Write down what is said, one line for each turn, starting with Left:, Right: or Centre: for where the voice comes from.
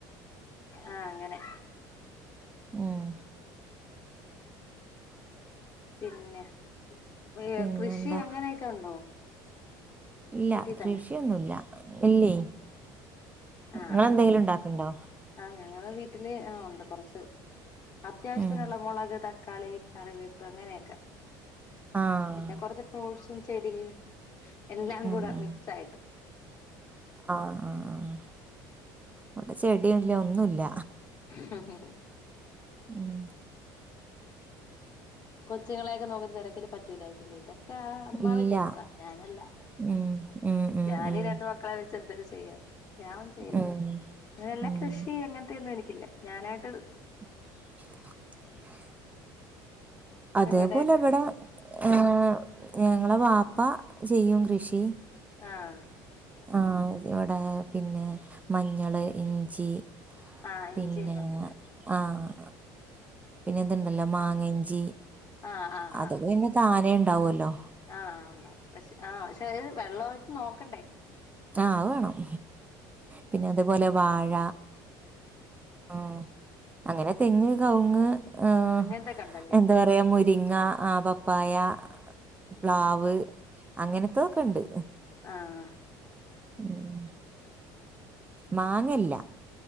Left: ആഹ് അങ്ങനെ.
Right: ഉം
Left: പിന്നെ ഏഹ്
Right: പിന്നെന്താ
Left: കൃഷി അങ്ങനെയൊക്കെ ഉണ്ടോ?
Right: ഇല്ല
Left: വീട്ടിൽ തന്നെ
Right: കൃഷിയൊന്നുല്ല ഇല്ലേയ്
Left: ആഹ്
Right: ഇങ്ങളെന്തെങ്കിലും
Left: ആഹ്
Right: ഇണ്ടാക്ക്ണ്ടോ?
Left: ആഹ് ഞങ്ങള് വീട്ടില് ആഹ് ഉണ്ട് കൊറച്ച് അത്യാവശ്യത്തിനുള്ള
Right: ഉം
Left: മൊളക് തക്ക- ക്കാളി കറിവേപ്പ് അങ്ങനെയൊക്കെ,
Right: ആഹ്
Left: പിന്നെ കൊറച്ച് ഫ്രൂട്ട്സും ചെടിയും. എല്ലാം
Right: ഉം
Left: കൂടെ
Right: ഉം
Left: മിക്സായിട്ട്.
Right: ആഹ് ആഹ് ആഹ് ഇവിടെ ചെടിയുംല്ല ഒന്നുല്ല.
Left: ഹ് ഹ് ഹ്
Right: ഉം
Left: കൊച്ചുങ്ങളേക്കെ നോക്കുന്ന തെരക്കില് പറ്റൂലായിരിക്കുലേ ഇത ക്കെ അമ്മാവ
Right: ഇല്ല
Left: ചെയ്തത ഞാനല്ല
Right: ഉം ഉം ഉം
Left: ഞാനീ
Right: ഉം
Left: രണ്ട് മക്കളെ വ ചെന്തര് ചെയ്യാൻ ഞാനൊന്നും ചെയ്യില്ല
Right: ഉം
Left: നിലകൃഷി
Right: ഉം
Left: അങ്ങനത്തെയൊന്നും എനിക്കില്ല ഞാനായിട്ട്
Right: <inaudible> അതേപോലെ
Left: ഇവിടെയൊക്കെ
Right: ഇവിടെ ഹേ ഞങ്ങളെ വാപ്പ ചെയ്യും കൃഷി
Left: ആഹ്
Right: ആഹ് ഇവിടെ പിന്നെ മഞ്ഞള് ഇഞ്ചി
Left: ആഹ് ഇഞ്ചിയൊക്കെ
Right: പിന്നേ
Left: ഉണ്ട് ഇവിടെ
Right: ആഹ് പിന്നെ ഇത്ണ്ടല്ലോ മാങ്ങഞ്ചി
Left: ആഹ് ആഹ്
Right: അതൊക്കെ
Left: ആഹ്
Right: പിന്നെ താനേ ഇണ്ടാവല്ലോ
Left: ആഹ് ഉണ്ടാവും പക്ഷെ ആഹ് പക്ഷെ വെള്ളൊഴിച്ച് നോക്കണ്ടേ
Right: ആഹ് അത് വേണം പിന്നെ അതേപോലെ വാഴ ആഹ് അങ്ങനെ തെങ്ങ് കവുങ്ങ് ഹ്
Left: അങ്ങനത്തൊക്കെ ഉണ്ടല്ലേ
Right: എന്താ പ പറയ മുരിങ്ങാ ആഹ് പപ്പായ പ്ലാവ് അങ്ങനെത്തൊക്കെണ്ട്
Left: ആഹ്
Right: ഉം മാങ്ങല്ല